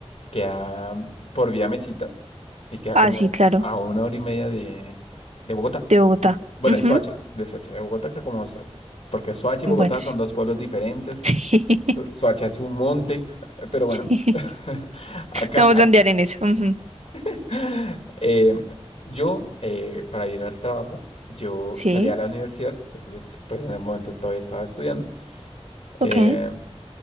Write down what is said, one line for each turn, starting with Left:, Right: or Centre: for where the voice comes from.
Left: Queda por vía Mesitas y queda
Right: ah,
Left: como
Right: sí, claro,
Left: a una hora y media de, de Bogotá.
Right: de Bogotá.
Left: Bueno,
Right: Ujú,
Left: de Soacha, de Soacha, de Bogotá queda como a dos horas. Porque Soacha y
Right: Bueno,
Left: Bogotá son dos pueblos diferentes.
Right: sí. <laughs>
Left: Su- Suacha es un monte, pero bueno,
Right: Sí,
Left: <laughs> acá,
Right: no vamos
Left: ac-
Right: a andar en eso. ujú.
Left: <laughs> Eh, yo, eh, para ir al trabajo, yo
Right: Sí,
Left: salía a la universidad, porque yo pues en el momento todavía estaba estudiando, eh,
Right: ok,